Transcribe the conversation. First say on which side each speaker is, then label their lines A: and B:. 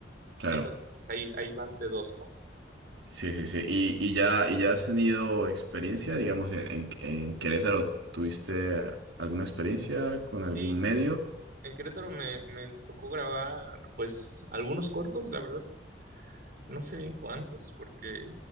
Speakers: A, on the right; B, on the right.
A: Claro.
B: Entonces, pues ahí, ahí van de dos, ¿no?
A: Sí, sí,
B: Y
A: sí.
B: ya,
A: ¿Y,
B: pero si
A: y ya,
B: aparte.
A: y ya has tenido experiencia, digamos, en, en Querétaro? ¿Tuviste alguna experiencia con algún
B: Sí,
A: medio?
B: en Querétaro, en Querétaro me, me tocó grabar, pues, algunos cortos, la verdad, no sé bien cuántos, porque,